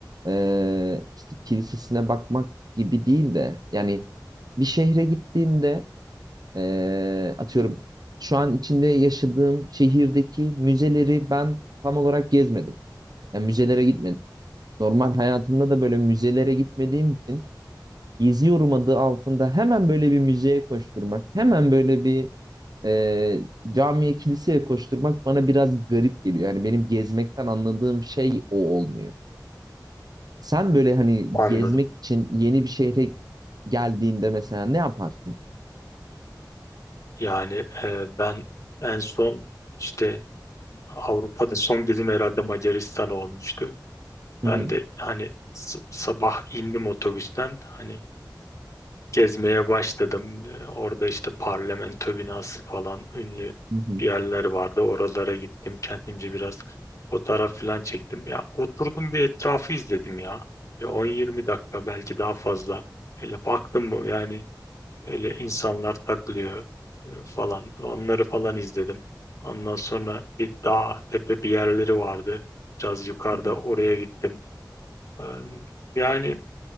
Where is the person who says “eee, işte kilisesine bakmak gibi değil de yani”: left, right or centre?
Right